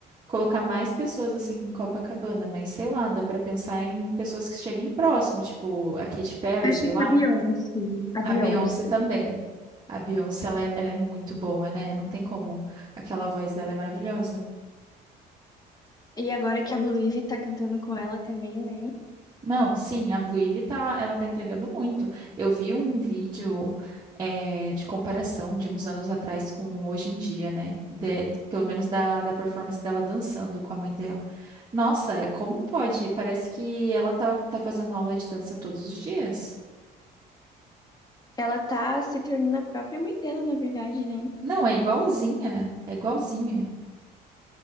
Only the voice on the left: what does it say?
Acho
que a Beyoncé. A
Beyoncé.
E agora que a Blue Ivy tá cantando com ela também, né?
Ela tá se tornando a própria mãe dela, na verdade, né?